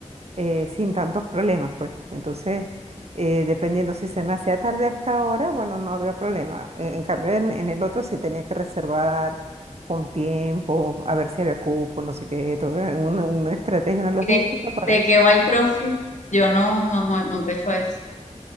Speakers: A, on the right (about 60°); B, on the left (about 85°).
A: eh, sin tantos problemas, pues. Entonces, eh, dependiendo si se me hacía tarde a esta hora, bueno, no había problema. En, en cambio, en, en el otro sí tenía que reservar con tiempo, a ver si había cupo, no sé qué, todo, eh, una, una estrategia, una logística
B: Y te,
A: para...
B: te quedó al CrossFit. Yo no, no, no, nunca he hecho eso.